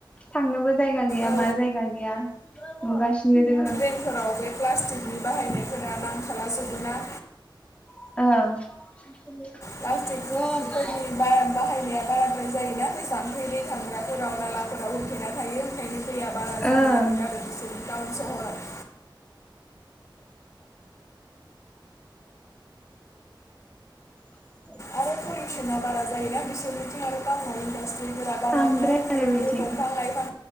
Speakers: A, on the left (about 15°); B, on the left (about 40°).
A: थांनोबो जायगा गैया
B: औ
A: मा जायगा गैया नुगासिनो दङो।
B: ड्रेइनफोराव बे प्लास्टिकनि बाहायनायफोरा नांथाला जोबोना।
A: ओ <unintelligible>
B: प्लास्टिकफोरनि बा बाहायनाया बाराद्राय जायोना बे जाम्फै दै थांग्राफोराव, नालाफोराव होथेना थायो ओंखायनो दैया बारा
A: ओं
B: जानो नागेरो आरो बेथिं टाउन सहराव।
A: <inaudible>
B: आरो <unintelligible> जायोना बिसोरनिथिं आरो टाउनाव इन्डासट्रि फोरा बारा
A: बांद्राय
B: बाराद्राय, ओंखायनो
A: आरो बेथिं
B: दंफां लाइफां